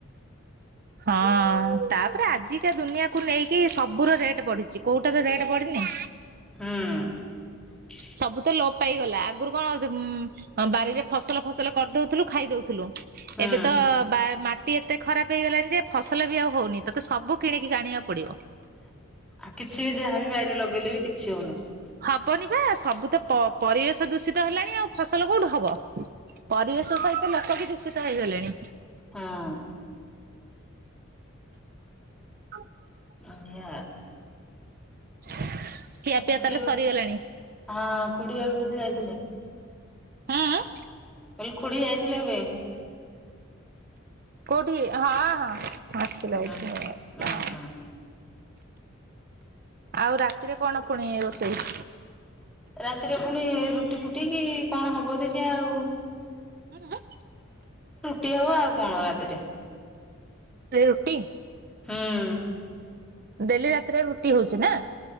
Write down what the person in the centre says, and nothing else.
ହୁଁ
ହୁଁ
ଆ କିଛି ବି ଯାହା ବି ବାଇରେ ଲଗେଇଲେ ବି କିଛି ହଉନି।
ହଁ।
ଅଁଢିଆ।
ଆ ଖୁଡି ଆଉ
ହଁ ଖୁଡି ଆଉ ବଧେ ଯାଇଥିଲେ?
କଇଲି ଖୁଡି ଯାଇଥିଲେ ଏବେ।
ଉଁ
ଉଁ ହୁଁ
ରାତିରେ ଫୁଣି ଏ ରୁଟି ଫୁଟି କିି କଣ ହବ ଦେଖିଆ ଆଉ।
ଟି ହବ ଆଉ କଣ ରାତିରେ।
ହୁଁ